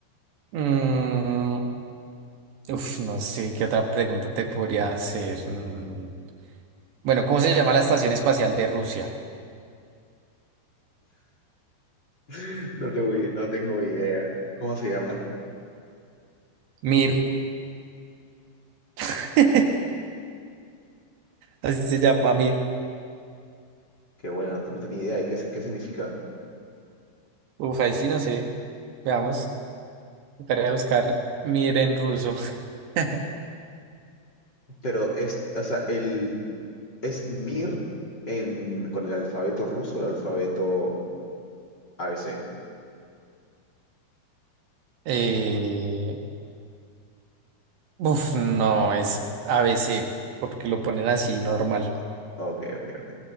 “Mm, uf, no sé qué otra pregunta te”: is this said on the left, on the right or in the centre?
Right